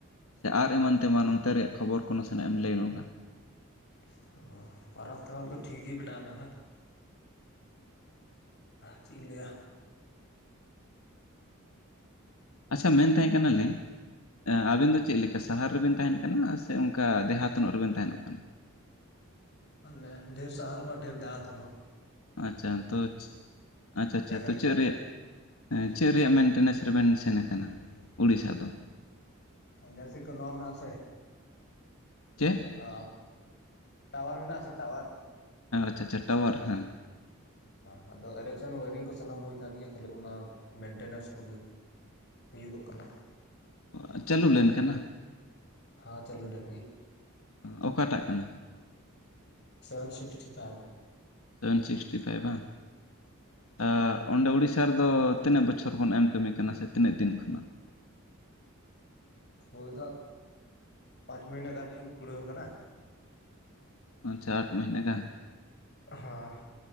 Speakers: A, on the left; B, on the left.
A: ᱥᱮ ᱟᱨ ᱮᱢᱟᱱ ᱛᱮᱢᱟᱱ ᱚᱱᱛᱮ ᱨᱮᱭᱟᱜ ᱠᱷᱚᱵᱚᱨ ᱠᱚ ᱱᱟᱥᱮᱱᱟᱜ ᱮᱢ ᱞᱟᱹᱭ ᱱᱚᱜᱟ
B: <unintelligible> ᱯᱚᱨᱚᱵᱽ ᱛᱮᱣᱟᱨ ᱠᱚ ᱴᱷᱤᱠ ᱜᱮ ᱢᱮᱱᱟᱜ-ᱟ ᱱᱟᱦᱟᱜ ᱟᱨ ᱪᱮᱫ ᱤᱧ ᱞᱟᱹᱭᱟ
A: ᱟᱪᱪᱷᱟ ᱢᱮᱱ ᱛᱟᱦᱮᱸ ᱠᱟᱱᱟᱞᱤᱧ ᱟᱵᱮᱱ ᱫᱚ ᱪᱮᱫ ᱞᱮᱠᱟ ᱥᱟᱦᱟᱨ ᱨᱮᱵᱮᱱ ᱛᱟᱦᱮᱱ ᱠᱟᱱᱟ ᱥᱮ ᱚᱱᱠᱟ ᱫᱮᱦᱟ ᱛᱚᱱᱚᱜ ᱨᱮᱵᱮᱱ ᱛᱟᱦᱮᱱᱚᱜ ᱠᱟᱱᱟ?
B: ᱚᱱᱮ ᱰᱷᱮᱨ ᱥᱟᱦᱟᱨ ᱵᱟ ᱰᱷᱮᱨ ᱫᱟᱦᱟᱛ ᱦᱚᱸ ᱵᱟ
A: ᱟᱪᱼᱪᱷᱟ ᱛᱚ ᱟᱪᱼᱪᱷᱟ ᱟᱪᱼᱪᱷᱟ
B: ᱡᱟᱭᱜᱟ
A: ᱛᱚ
B: ᱨᱮᱞᱤᱧ
A: ᱪᱮᱫ
B: ᱛᱟᱦᱮᱱ
A: ᱨᱮᱭᱟᱜ?
B: ᱠᱟᱱᱟ
A: ᱪᱮᱫ ᱨᱮᱭᱟᱜ ᱢᱮᱱᱴᱮᱱᱮᱱᱮᱥ ᱨᱮᱵᱮᱱ ᱥᱮᱱ ᱠᱟᱱᱟ ᱩᱲᱤᱥᱥᱟ ᱫᱚ?
B: ᱟ ᱡᱥᱮᱫ ᱠᱚ ᱱᱚᱣᱟ ᱢᱮᱱᱟᱜ ᱟᱥᱮ
A: ᱪᱮᱫ?
B: ᱚ ᱴᱟᱣᱭᱟᱨ ᱢᱮᱱᱟᱜ ᱟᱥᱮ ᱴᱟᱣᱭᱟᱨ
A: ᱦᱮᱸ ᱟᱪᱪᱷᱟ ᱟᱪᱪᱷᱟ ᱴᱟᱣᱭᱟᱨ ᱦᱮᱸ
B: ᱦᱮᱸ ᱟᱫᱚ ᱮᱨᱮᱠᱥᱚᱱ ᱳᱭᱟᱨᱤᱝ ᱠᱚ ᱥᱟᱱᱟᱢ ᱦᱩᱭ ᱟᱠᱟᱱ ᱜᱮᱭᱟ ᱠᱷᱟᱹᱞᱤ ᱚᱱᱟ ᱢᱮᱱᱴᱮᱱᱮᱥ ᱠᱚᱜᱮ ᱦᱩᱭᱩᱜᱚᱜ ᱠᱟᱱᱟ
A: ᱚ ᱪᱟᱹᱞᱩ ᱞᱮᱱ ᱠᱟᱱᱟ
B: ᱦᱟᱸ ᱪᱟᱞᱩ ᱞᱮᱱ ᱜᱮ
A: ᱚ ᱚᱠᱟᱴᱟᱜ ᱠᱟᱱᱟ?
B: Seven sixty five
A: seven sixty five ᱵᱷᱟᱝ ᱟ ᱚᱸᱰᱮ ᱩᱲᱤᱥᱥᱟ ᱨᱮᱫᱚ ᱛᱤᱱᱟᱹᱜ ᱵᱚᱪᱷᱚᱨ ᱠᱷᱚᱱ ᱮᱢ ᱠᱟᱹᱢᱤ ᱠᱟᱱᱟ ᱥᱮ ᱛᱤᱱᱟᱹᱜ ᱫᱤᱱ ᱠᱷᱚᱱᱟᱜ?
B: ᱦᱳᱭ ᱫᱟᱜ ᱯᱟᱸᱪ ᱢᱟᱹᱦᱟᱹᱱᱟᱹ ᱜᱟᱱ ᱤᱧ ᱠᱩᱲᱟᱹᱣ ᱟᱠᱟᱱᱟ
A: ᱟᱪᱪᱷᱟ ᱟᱴ ᱢᱟᱹᱦᱱᱟᱹ ᱜᱟᱱ
B: ᱦᱟᱸ